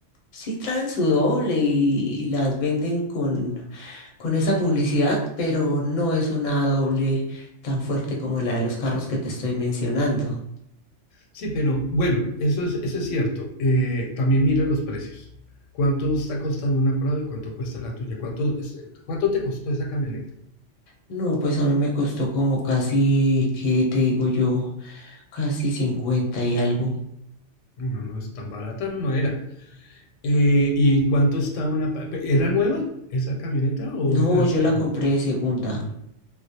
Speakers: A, on the left; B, on the left.
A: Sí traen su doble y, y las venden con, con esa publicidad, pero no es una doble tan fuerte como la de los carros que te estoy mencionando.
B: Sí, pero bueno, eso es, eso es cierto. Eh, también mira los precios. ¿Cuánto está costando una Prado y cuánto cuesta la tuya? ¿Cuánto, es- cuánto te costó esa camioneta?
A: No, pues a mí me costó como casi, ¿qué te digo yo? Casi 50 y algo.
B: No, no no es tan barata, no era. Eh, ¿y en cuánto está una... pa- pe- ¿Era nueva esa camioneta o
A: No,
B: era de
A: yo
B: segunda?
A: la compré de segunda.